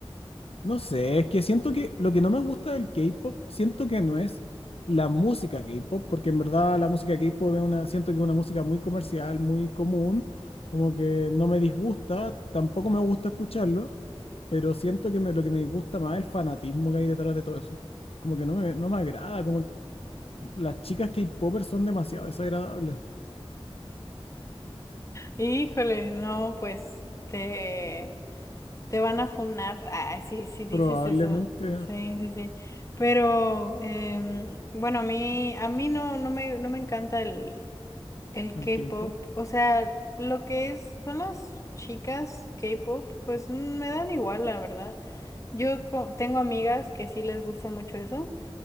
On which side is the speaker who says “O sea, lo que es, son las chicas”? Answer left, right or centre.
Left